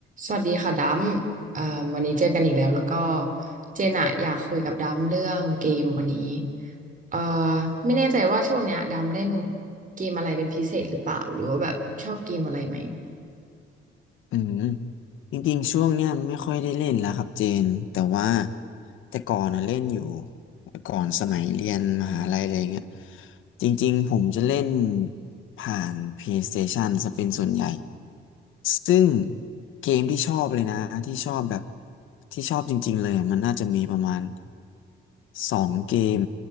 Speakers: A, on the right; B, on the left.
A: สวัสดีค่ะดัมเอ่อวันนี้เจอกันอีกแล้วแล้วก็เจนอะอยากคุยกับดัมเรื่องเกมวันนี้เอ่อไม่แน่ใจว่าช่วงเนี้ยดัมเล่นเกมอะไรเป็นพิเศษหรือเปล่าหรือว่าแบบชอบเกมอะไรไหม
B: อืมจริงๆช่วงเนี้ยไม่ค่อยได้เล่นแล้วครับเจนแต่ว่าแต่ก่อนอะเล่นอยู่แต่ก่อนสมัยเรียนมหาลัยอะไรเงี้ยจริงๆผมจะเล่นผ่าน PlayStation ซะเป็นส่วนใหญ่ซึ่งเกมที่ชอบเลยนะที่ชอบแบบที่ชอบจริงๆเลยอะมันน่าจะมีประมาณสองเกม